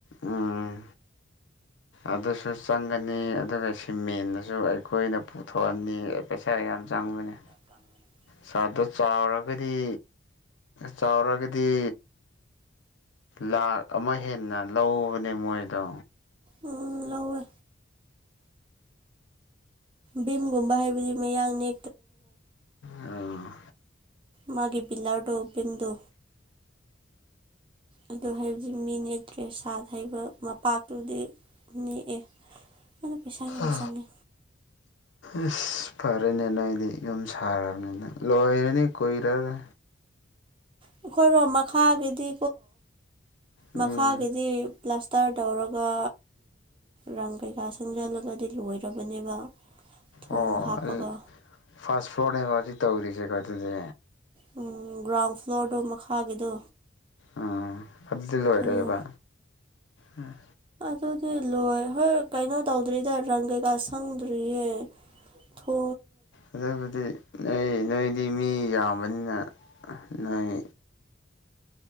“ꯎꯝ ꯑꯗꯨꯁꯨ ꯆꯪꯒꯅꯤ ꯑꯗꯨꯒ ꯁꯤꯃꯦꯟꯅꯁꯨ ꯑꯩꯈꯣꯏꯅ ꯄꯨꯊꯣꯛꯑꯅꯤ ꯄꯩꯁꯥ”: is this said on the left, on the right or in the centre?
Left